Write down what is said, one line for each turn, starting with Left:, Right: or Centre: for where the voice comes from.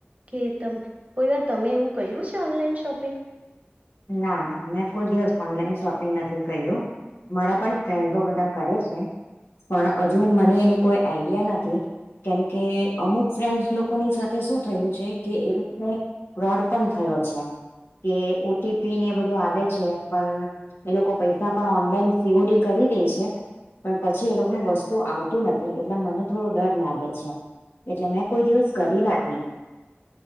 Right: કે તમ કોઈ વાર તમે એવું કર્યું છે ઓનલાઈન શોપિંગ
Left: ના ના મેં કોઈ દિવસ ઓનલાઈન શોપિંગ નથી કર્યું. મારા પણ ફ્રેન્ડો બધા કરે છે પણ હજુ મને એની કોઈ આઈડિયા નથી. કેમકે અમુક ફ્રેન્સ લોકોની સાથે શું થયું છે કે એ લોકોને ફ્રોડ પણ થયો છે કે ટીપી ને એ બધું આવે છે પણ એ લોકો પૈસા પણ ઓનલાઈન સીઓડી કરી દે છે. પણ પછી એ લોકોનું વસ્તુ આવતું નથી એટલે મને થોડો ડર લાગે છે. એટલે મેં કોઈ દિવસ કરી નથી.